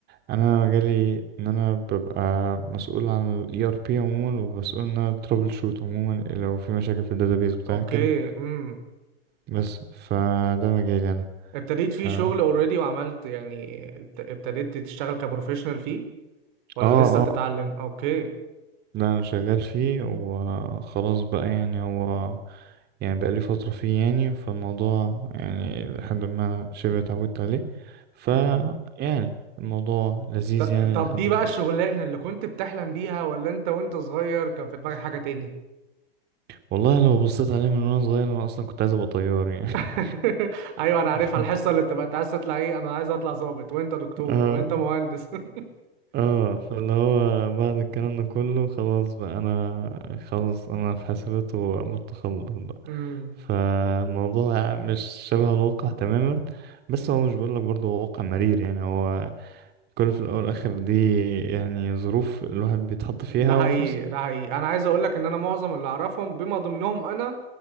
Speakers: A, on the right (about 35°); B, on the right (about 50°).
A: انا مجالي ان انا ببقى مسؤول عن ال ERP عموما ومسؤول ان انا trouble shoot عموما لو في مشاكل في ال database بتاعك
B: اوكي
A: كده
B: امم
A: بس فده مجالي انا
B: ابتديت فيه
A: اه
B: شغل اوريدي وعملت يعني ابت- ابتديت تشتغل كبروفيشنال فيه ولا
A: اه
B: لسه بتتعلم اوكي
A: لا انا شغال فيه وخلاص بقى يعني هو يعني بقالي فترة فيه يعني فالموضوع يعني لحد ما شبه اتعودت عليه ف
B: مم.
A: يعني الموضوع لذيذ
B: ط-
A: يعني
B: طب
A: لحد
B: دي بقى
A: ما
B: الشغلانة اللي كنت بتحلم بيها ولا انت وانت صغير كان في دماغك حاجة تاني
A: والله لو بصيت عليه من وانا صغير انا اصلا كنت عايز ابقى طيار يعني
B: <laughs> ايوه انا عارفها
A: <laughs>
B: الحصة اللي بتبقى انت عايز تطلع ايه انا عايز اطلع ضابط وانت دكتور
A: اه
B: وانت مهندس <laughs>
A: اه فاللي هو بعد الكلام ده كله خلاص بقى انا خلاص انا في حاسبات وقربت اخلص بقى
B: امم
A: فالموضوع مش شبه الواقع تماما بس هو مش بقول لك برضه هو واقع مرير يعني هو كله في الاول والاخر دي يعني ظروف الواحد بيتحط
B: ده
A: فيها
B: حقيقي
A: وفي نفس الوقت
B: ده حقيقي انا عايز اقول لك ان انا معظم اللي اعرفهم بما ضمنهم انا